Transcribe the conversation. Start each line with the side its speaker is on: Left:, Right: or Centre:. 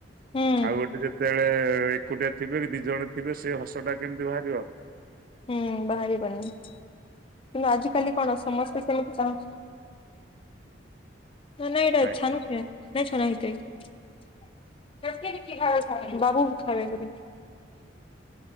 Left: ହୁଁ
Right: ଆଉ ଗୋଟେ ଯେତେବେଳେ ଏ କୁଟିଆ ଥିବେ କି ଦି ଜଣ ଥିବେ ସେ ହସ ଟା କେମିତି ବାହାରିବ।
Left: ହୁଁ ବାହାରିବନି କିନ୍ତୁ ଆଜି କାଲି କଣ ସମସ୍ତେ ସେମିତି ଚାହୁଁ ନା ନା ଏଟା
Right: ଆଜ୍ଞା।
Left: ଛାଣୁଛେ। <unintelligible> ବାବୁ ଖାଇ ବେ ବୋଲି